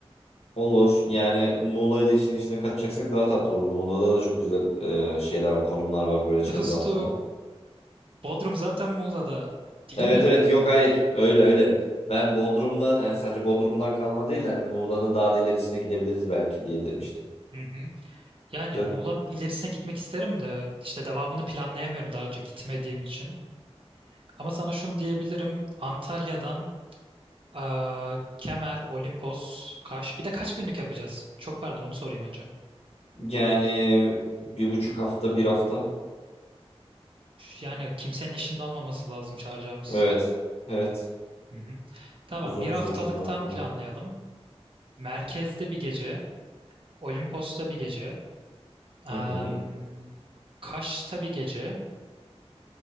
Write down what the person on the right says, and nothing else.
Dostum,
Bodrum zaten Muğla'da değil
mi?
Hı hı. Yani
Muğla'nın ilerisine gitmek isterim de işte devamını planlayamıyorum daha önce gitmediğim için. Ama sana şunu diyebilirim. Antalya'dan Aa, Kemer, Olimpos, Kaş. Bir de kaç günlük yapacağız? Çok pardon onu sorayım önce.
Yani kimsenin işinde olmaması lazım çağıracağımız.
Hı hı. Tamam
bir
haftalıktan
planlayalım. Merkezde bir gece, Olimpos'ta bir gece, eee,
Kaş'ta bir gece,